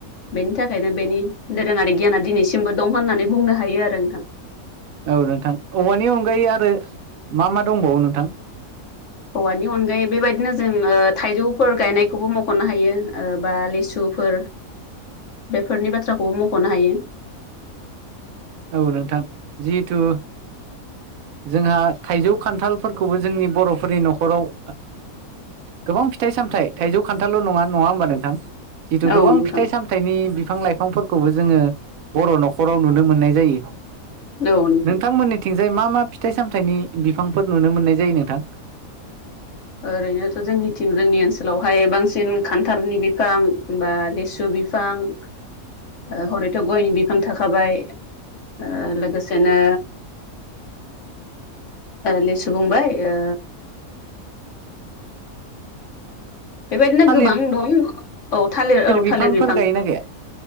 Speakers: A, on the left; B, on the right.
A: बेनि थाखायनो बेनि दोरोङारि गियाना दिनैसिमबो दं होननानै बुंनो हायो आरो नोंथां।
B: औ नोंथां औवानि अनगायै आरो मा मा दंबावो नोंथां?
A: औवानि अनगायै बेबायदिनो जों थाइजौफोर गायनायखौबो मख'नो हायो बा लिसुफोर बेफोरनि बाथ्राखौबो मख'नो हायो।
B: औ नोंथां जिहेथु, जोंहा थाइजौ खान्थालफोरखौबो जोंनि बर'फोरनि न'खराव, गोबां फिथाइ सामथाय थाइजौ खान्थाल' नङा नङा होमबा नोंथां? जिथु
A: औ
B: गोबां
A: नोंथां
B: फिथाइ सामथाइनि बिफां लाइफांफोरखौबो जोङो बर' न'खराव नुनो मोननाय जायो
A: औ नोंथां
B: नोंथांमोननिथिंजाय मा मा फिथाइ सामथाइनि बिफांफोर नुनो मोननाय जायो नोंथां।
A: ओरैनोथ' जोंनिथिं जोंनि ओनसोलावहाय बांसिन खान्थालनि बिफां बा लेसु बि फां हरैथ' गयनि बिफां थाखाबाय ओ लोगोसेनो, लिसु बुंबाय ओ, बेबायदिनो
B: थालिर
A: गोबां दं औ थालिर औ
B: बिफांफोर
A: थालिर बिफां।
B: गायोना गाया